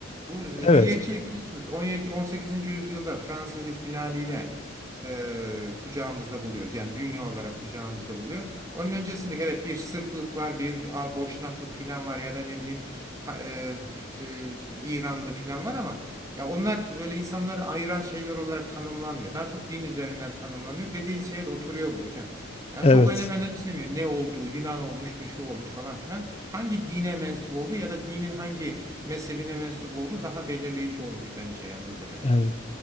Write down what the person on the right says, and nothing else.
bu z-
milliyetçilik biliyorsunuz 17 18. yüzyılda Fransız ihtilaliyle e, kucağımızda buluyoruz. Yani dünya olarak kucağımızda buluyor. Onun öncesinde evet bir Sırplık var, bir a, Boşnaklık filan var ya da ne bileyim pa- e, f- e, İranlı filan var ama ya onlar böyle insanları ayıran şeyler olarak tanımlanmıyor. Daha çok din üzerinden tanımlanıyor. Dediğin şeye de oturuyor bu hocam. Yani
çok öne önemsemiyor ne olduğu, Yunan olmuş, bir şu olmuş falan filan. Hangi dine mensup olduğu ya da dinin hangi mezhebine mensup olduğu daha belirleyici olmuş bence yani o dönemde.